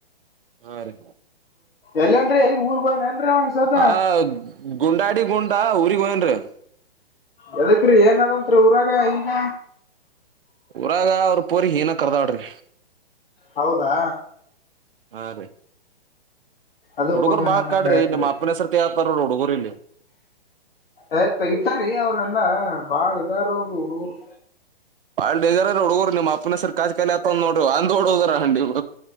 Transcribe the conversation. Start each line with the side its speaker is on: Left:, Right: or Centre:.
Right: ಹಾ ರೀ
Left: ಎಲ್ಲೇನ್ರಿ ಎಲ್ಲಿಗ್ ಊರ್ಗ್ ಹೋಗನೇನ್ರಿ ಅವ ಈ ಸದ
Right: ಆ ಗುಂಡಾಡಿ ಗುಂಡ ಊರಿಗ ಹೋಗ್ಯಾನರೀ
Left: ಯದಕ್ರೀ ಏನದಂತ್ತ್ರ ಊರಾಗ ಈಗ
Right: ಊರಾಗ ಅವ್ರ ಪೂರಿ ಹೀನ ಕರ್ದಾಡ್ರಿ
Left: ಹೌದಾ
Right: ಹಾ ರೀ
Left: ಅದಕ್
Right: ಹುಡುಗರು
Left: ಹೋಗ್ಯನಂದಂಗ
Right: ಬಾ ಕಾಡ್ರಿ
Left: ಆಯ್ತ್ರಿ
Right: ನಿಮ್ಮ್ ಅಪ್ಪನಸರ್ತಿ ಯತಾರ ಹುಡುಗುರ್ ಇಲ್ಲಿ
Left: ಆಯ್ತ ಇತಾರೀ ಅವ್ರ ಎಲ್ಲ ಬಾಳ ಇದಾರ ಅವರು ಹುಡುಗರು
Right: ಬಾಳಡೇಜರೋಡುಗೂ ಮಾಪನ ಸರ್ಕಾ ಕಲಯಾ ನೋಡ ದೋಡ ಹೋದರ ಅಂಡಿ